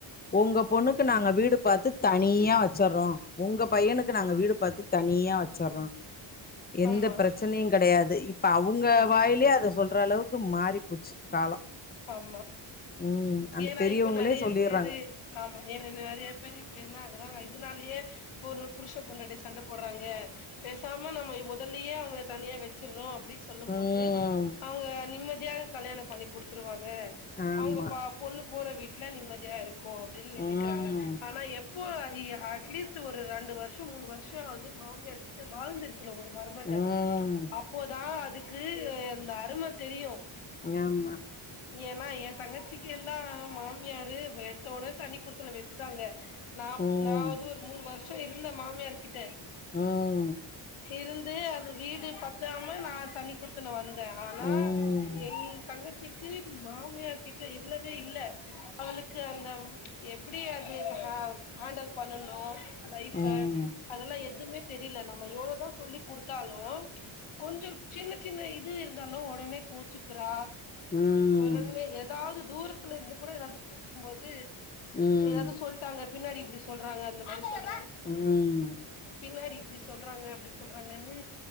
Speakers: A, on the left; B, on the left.
A: உங்க பொண்ணுக்கு நாங்க வீடு பாத்து தனியா வச்சறறோ உங்க பையனுக்கு நாங்க வீடு பாத்து தனியா வச்சறறோ எந்த
B: ஆமா
A: பிரச்சனையு கெடையாது இப்ப அவங்க
B: ம்
A: வாயில் அது சொல்ற அளவுக்கு மாறிப்போச்சு காலோ
B: ஆமா
A: ம் அந்த
B: ஏனா
A: பெரியவங்களே
B: இப்ப நறைய
A: சொல்லிர்றாங்க
B: பேரு ஆமா ஏர் என்ன நறைய பேர் இப்ப என்ன ஆகுறாங்க இதனாலயே ஒரு புருஷ பொன்டாட்டி சண்ட போடுறாங்க பேசாம நம்ம முதல்லயே அவங்க தனியா வச்சிறோம் இபுடி சொல்லும்
A: ம்
B: போது அவுங்க நிம்மதியாக கல்யாண பண்ணி குடுத்துருவாங்க
A: ஆமா
B: அவுங்க பா பொண்ணு போற வீட்டுல நிம்மதியா இருக்கு அப்படின் நெனைக்கிறாங்க
A: ம்
B: ஆனா எ இப்போ இ அட்லீஸ்ட் ஒரு ரெண்டு வர்ஷோ மூணு வர்ஷோ ஆவது மாமியார் கிட்ட வாழ்ந்திரு குணு ஒரு மருமக
A: ம்
B: அப்போதா அதுக்கு இந்த அரும தெரியு
A: ஞாமா
B: ஏனா எ தங்கச்சிக்கெல்லா மாமியாரு எடுத்தோடனே தனி குடுத்தன வெச்சுட்டாங்க நா
A: ம்
B: நா வது ஒரு மூணு வர்ஷோ இருந்த மாமியார்க்கிட்ட
A: ம்
B: இருந்து அது வீடு பத்தாம நா தனி குத்துன வந் த ஆனா
A: ம் ம்
B: என் தங்கச்சிக்கு மாமியார் கிட்ட இர்லவே இல்ல அவளுக்கு அந்த ம் எப்புடி அது ஹ ஹண்டல் பண்ணணு லைஃப
A: ம்
B: அதெல்லா எதுமே தெரில நம்ம எவ்ளோ தா சொல்லி குடுத்தாலு கொஞ்ச சின்ன சின்ன இது இருந்தாலு உடனே கோச்சுக்கிறா
A: ம்
B: உடனே எதாவது தூரத்துல இருந்து கூட எதாவது பேசும்போது
A: ம்
B: எதாவது சொல் டாங்க பின்னாடி இப்டி சொல்றாங்க அந்த மாதி சொல்ற
A: ம்
B: பின்னாடி இப்டி சொல்றாங்க அப்டி சொல்றாங்கன்னு